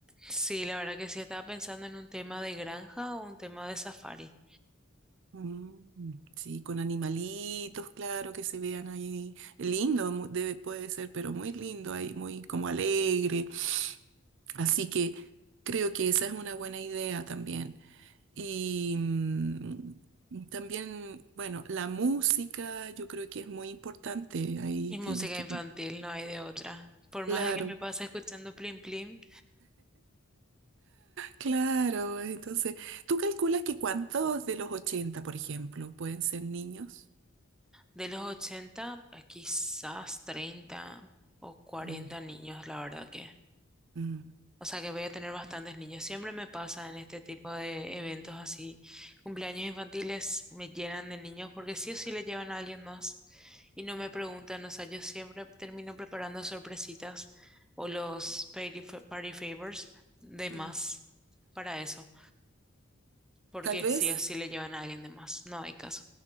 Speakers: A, in the centre; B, on the right.
A: sí, la verdad que sí estaba pensando en un tema de granja o un tema de safari.
B: Mm, sí, con animalitos, claro, que se vean ahí. Lindo mu- debe, puede ser, pero muy lindo ahí, muy como alegre. Así que creo que esa es una buena idea también. Y mm, también, bueno, la música yo creo que es muy importante. Ahí
A: Y música
B: tienes que...
A: infantil, no hay de otra. Por más
B: Claro,
A: de que me pase escuchando Plim Plim,
B: claro. Entonces, ¿tú calculas que cuántos de los ochenta por ejemplo, pueden ser niños?
A: de los 80 a quizás treinta o cuarenta
B: Mm,
A: niños, la verdad que.
B: mm.
A: O sea que voy a tener bastantes niños. Siempre me pasa en este tipo de eventos así. Cumpleaños infantiles me llenan de niños porque sí o sí le llevan a alguien más y no me preguntan. O sea, yo siempre termino preparando sorpresitas o los party, party favors de más
B: Mm,
A: para eso. porque
B: Tal vez,
A: sí o sí le llevan a alguien de más, no hay caso.